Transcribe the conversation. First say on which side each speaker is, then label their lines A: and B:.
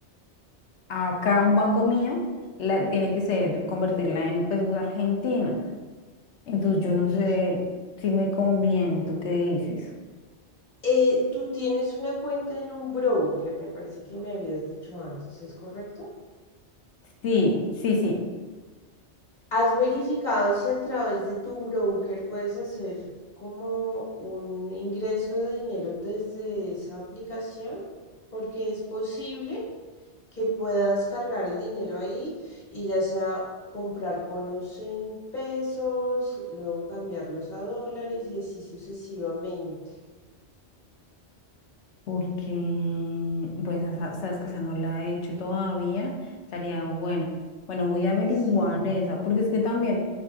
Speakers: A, on the left; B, on the left.
A: a acá, a un banco mío, la, tiene que ser convertirla en pesos argentinos. Entonces, yo
B: Ok.
A: no sé si me conviene, ¿tú qué dices?
B: Eh, tú tienes una cuenta en un broker, me parece que me habías dicho antes, ¿es correcto?
A: Sí, sí, sí.
B: ¿Has verificado si a través de tu broker puedes hacer como un ingreso de dinero desde esa aplicación? Porque es posible. que puedas cargar el dinero ahí y ya sea comprar bonos en pesos, luego cambiarlos a dólares y así sucesivamente.
A: porque, pues, esa- sabes que esa no la he hecho todavía, estaría buena. Bueno, voy a averiguar
B: Sí.
A: esa, porque es que también,